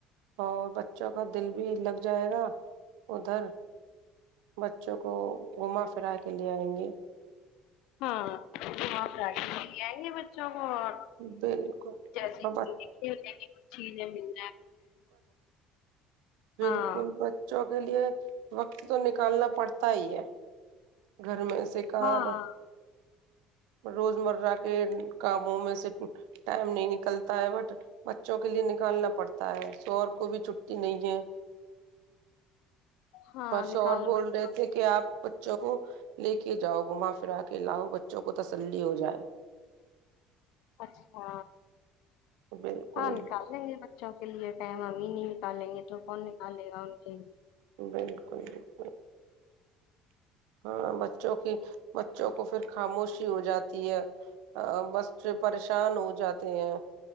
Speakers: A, on the right (about 85°); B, on the left (about 80°).
A: اور بچوں کا دل بھی لگ جائے گا ادھر بچوں کو گھما پھرا کے لے آئیں گے
B: ہاں آ ہے گے بچوں اور
A: بالکل
B: ج جٹھیک ہے م
A: بالکل
B: ہاں
A: بچوں کے لیے وقت تو نکل کل پڑھتا ہی ہے گھر میں سے کار
B: ہاں
A: روزمرہ کے کاموں میں سے ٹائم نہیں نکلتا ہے بٹ بچوں کے لیے نکالنا پڑتا تا ہے سور کو بھی چھٹی نہیں ہے
B: ہاں
A: بس
B: نکال
A: اور بول
B: بچوں
A: رہے تھے کہ آپ بچوں کو لے کے جاؤ گھما پھرا کے لاؤ بچوں کو تسلی ہو جائے
B: اچھا
A: بالکل
B: ہاں نکال لیں گے م بوں کے لیے م آ مین نہیں نکالیں گے تو کون نکالے گا جی <inaudible>
A: بالکل بالکل ہاں بچوں کی بچوں کو پھر خاموشی ہو جاتی ہے بس جو پریشان ہو جاتے ہیں